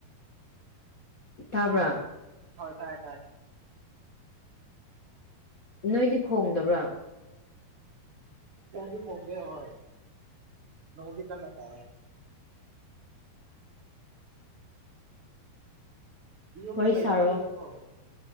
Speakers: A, on the left (about 80°); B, on the right (about 45°).
A: ꯇꯥꯕ꯭ꯔꯥ꯫
B: ꯍꯣꯏ ꯇꯥꯏꯦ ꯇꯥꯏ
A: ꯅꯣꯏꯗꯤ ꯈꯣꯡꯗꯕ꯭ꯔꯥ
B: ꯍꯣꯡ ꯐꯣꯡꯒꯦ ꯍꯣꯏ ꯂꯣꯡꯗꯤ ꯀꯅꯆꯥ ꯌꯨꯝꯗ
A: ꯋꯥꯔꯤ
B: ꯂꯩꯗꯕꯅꯤꯅꯀꯣ
A: ꯁꯥꯔꯣ